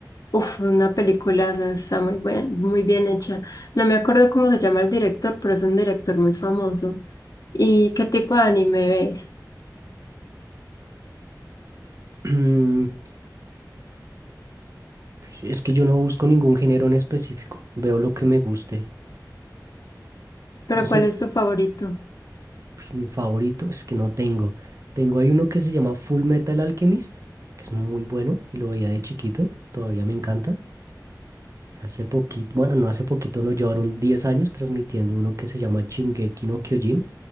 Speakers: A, on the left; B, on the right.
A: uf, una película, o sea, está muy buen- muy bien hecha. No me acuerdo cómo se llama el director, pero es un director muy famoso. ¿Y qué tipo de anime ves?
B: <clears throat> Mm, pues, Es que yo no busco ningún género en específico. Veo lo que me guste.
A: ¿Pero
B: Yo sé,
A: cuál es tu favorito?
B: pues, mi favorito es que no tengo. Tengo hay uno que se llama Full Metal Alchemist, que es muy bueno y lo veía de chiquito. Todavía me encanta. Hace poquito, bueno, no hace poquito, no llevaron 10 años transmitiendo uno que se llama Shingeki no Kyojin.